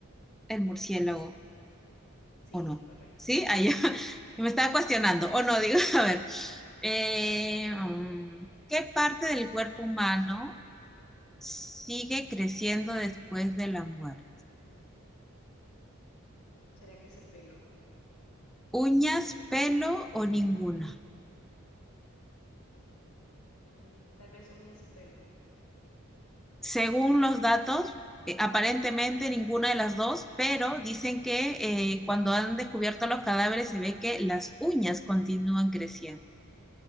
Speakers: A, in the centre; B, on the left (about 80°).
A: El murciélago,
B: Sí,
A: ¿o no?
B: correcto.
A: ¿Sí? Ahí
B: ¿Sí?
A: <laughs> me estaba cuestionando. ¿O no? Digo, <laughs> a ver. Eh, mm, ¿qué parte del cuerpo humano sigue creciendo después de la muerte?
B: ¿Será que es el pelo?
A: ¿Uñas, pelo o ninguna?
B: Mm, tal vez uñas y pelo.
A: según los datos, eh, aparentemente ninguna de las dos, pero dicen que eh, cuando han descubierto los cadáveres se ve que las uñas continúan creciendo.